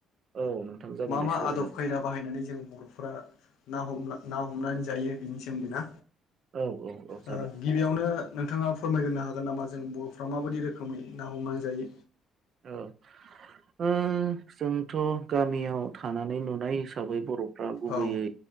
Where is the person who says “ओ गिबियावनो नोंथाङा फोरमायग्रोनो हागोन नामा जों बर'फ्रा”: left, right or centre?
Left